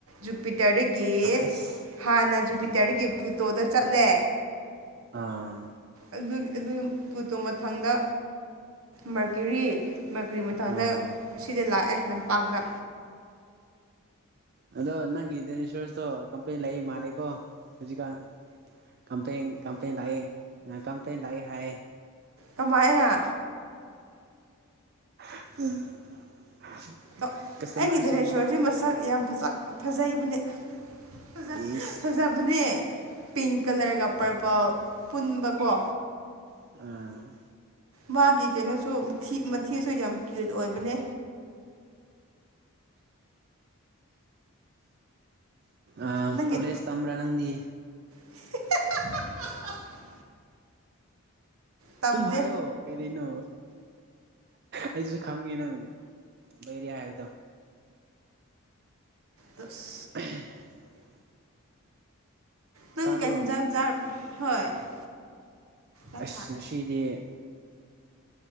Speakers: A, on the right; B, on the right.
A: ꯖꯨꯄꯤꯇꯔꯗꯒꯤ
B: ꯑꯁ
A: ꯍꯥꯟꯅ ꯖꯨꯄꯤꯇꯔꯗꯒꯤ ꯄꯂꯨꯇꯣꯗ ꯆꯠꯂꯦ
B: ꯑꯥ
A: ꯑꯗꯨ ꯑꯗꯨ ꯄꯨꯇꯣ ꯃꯊꯪꯗ ꯃꯥꯔꯀꯔꯤ ꯃꯥꯔꯀꯔꯤ ꯃꯊꯪꯗ
B: ꯑꯥ
A: ꯁꯤꯗ ꯂꯥꯛꯑꯦ ꯂꯝꯄꯥꯛꯇ꯫
B: ꯑꯗꯣ ꯅꯪꯒꯤ ꯗꯥꯏꯅꯣꯁꯣꯔꯁꯇꯣ ꯀꯝꯄ꯭ꯂꯦꯟ ꯂꯩ ꯃꯥꯜꯂꯦꯀꯣ ꯍꯨꯖꯤꯛꯀꯥꯟ꯫ ꯀꯄ꯭ꯂꯦꯟ ꯀꯝꯄ꯭ꯂꯦꯟ ꯂꯥꯛꯑꯦ ꯀꯝꯄ꯭ꯂꯦꯟ ꯂꯥꯛꯑꯦ ꯍꯥꯏꯌꯦ꯫
A: ꯀꯃꯥꯏꯅ꯫
B: <unintelligible>
A: ꯀꯞ
B: ꯀꯁꯇꯃꯔꯁꯤꯡ
A: <unintelligible> ꯑꯩꯒꯤ ꯗꯥꯏꯅꯣꯁꯣꯔꯁꯁꯦ ꯃꯁꯛ ꯌꯥꯝ ꯐꯖꯩꯕꯅꯦ꯫ ꯐꯖ
B: ꯏꯁ
A: ꯐꯖꯞ ꯕꯅꯦ ꯄꯤꯡ ꯀꯂꯔꯒ ꯄꯔꯄꯜ ꯄꯨꯟꯕꯀꯣ꯫
B: ꯑꯥ
A: ꯃꯥꯒꯤ ꯀꯩꯅꯣꯁꯨ ꯃꯊꯤ ꯃꯊꯤꯁꯨ ꯌꯥꯝ ꯀꯌꯨꯠ ꯑꯣꯏꯕꯅꯦ꯫
B: ꯑ
A: ꯅꯪꯒꯤ
B: ꯀꯣꯂꯦꯖ ꯇꯝꯕ꯭ꯔꯥ ꯅꯪꯗꯤ꯫
A: <unintelligible> ꯇꯝꯗꯦ
B: ꯇꯨꯝ ꯍꯥꯏꯌꯣ꯫ ꯀꯔꯤꯅꯣ ꯑꯩꯖꯨ ꯈꯪꯉꯦ ꯅꯪ ꯂꯩꯔꯤ ꯍꯥꯏꯕꯗꯣ꯫
A: ꯇꯨꯁ
B: <unintelligible>
A: ꯅꯪꯒ
B: ꯇꯥꯕ꯭ꯔꯣ
A: ꯍꯦꯟꯖꯥꯡ ꯆꯥꯔꯕ ꯍꯣꯏ <unintelligible> <unintelligible>
B: ꯑꯁ ꯉꯁꯤꯗꯤ